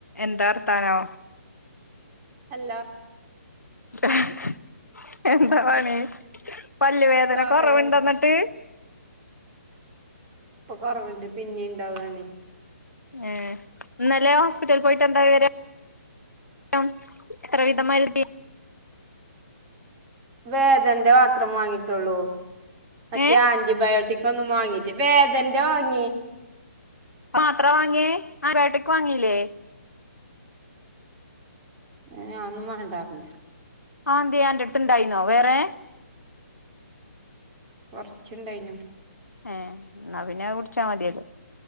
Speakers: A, on the left; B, on the right.
A: എന്താർത്താനം?
B: എല്ലാ
A: <unintelligible> എന്താ പണി പല്ല് വേദന
B: പറയ്
A: കൊറവ് ഒണ്ടോ അന്നിട്ട്?
B: ഇപ്പ കൊറവണ്ട് പിന്നെ ഇണ്ടാവു ആണേ
A: എഹ് ഇന്നലെ ഹോസ്പിറ്റലിൽ പോയിട്ട് എന്താ വിവരം? <unintelligible> ഹലോ എത്ര വീതംമാതിര്
B: വേദന്റെ മാത്രം വാങ്ങിയിട്ട് ഒള്ളൂ മറ്റേ
A: ഏഹ്
B: ആന്റിബയോട്ട കുട്ടിക്ക് ഒന്നും വാങ്ങീട്ട് വേദന്റെ വാങ്ങി
A: പാത്ര വാങ്ങിയെ ആരാട്ടിക് വാങ്ങീല്ലേ?
B: ഏഹ് ആന്നും വെണ്ടാർഞ്
A: അന്തെ അന്റെ അടുത്ത് ഇണ്ടായിരുന്നോ വേറെ?
B: കൊറച്ച് ഇണ്ടായിഞ്ഞു.
A: ഏഹ് എന്നാ പിന്നെ അത് കുടിച്ച മതി അല്ലോ